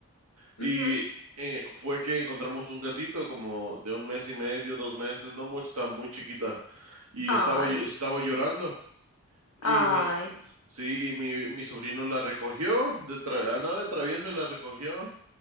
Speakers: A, on the right; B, on the left.
A: y
B: Ujú.
A: eh, fue que encontramos un gatito como de un mes y medio, dos meses, no mucho, estaba muy chiquita y
B: Ay,
A: estaba, ll- estaba llorando y
B: ay.
A: mi, sí, y mi, mi sobrino la recogió, de tra- andaba de travieso y la recogió